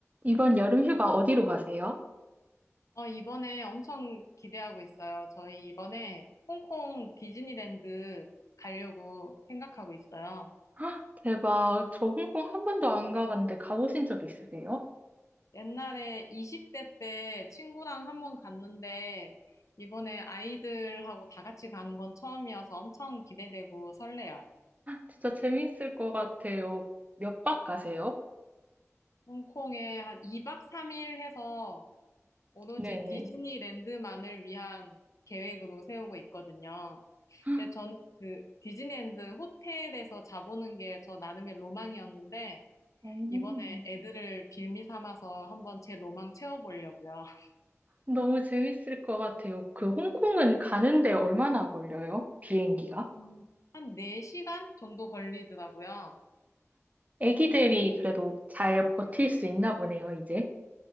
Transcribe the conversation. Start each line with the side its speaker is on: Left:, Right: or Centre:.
Right: 이번 여름 휴가 어디로 가세요?
Left: 어, 이번에 엄청 기대하고 있어요. 저희 이번에 홍콩 디즈니랜드 가려고 생각하고 있어요.
Right: <gasps> 헉, 대박. 저 홍콩 한 번도 안 가봤는데 가보신 적 있으세요?
Left: 옛날에 20대 때 친구랑 한번 갔는데 이번에 아이들하고 다 같이 가는 건 처음이어서 엄청 기대되고 설레요.
Right: 진짜 재밌을 것 같아요. 몇 박 가세요?
Left: 홍콩에 한 2박 3일 해서 오로지
Right: 네네.
Left: 디즈니랜드만을 위한 계획으로 세우고 있거든요.
Right: <gasps>
Left: 근데 저는 그 디즈니랜드 호텔에서 자보는 게 저 나름의 로망이었는데
Right: 오,
Left: 이번에 애들을 빌미 삼아서 한번 제 로망 채워보려고요. <laughs>
Right: 너무 재밌을 것 같아요. 그 홍콩은 가는데 얼마나 걸려요? 비행기가?
Left: 음. 한 4시간 정도 걸리더라고요.
Right: 애기들이 그래도 잘 버틸 수 있나 보네요, 이제.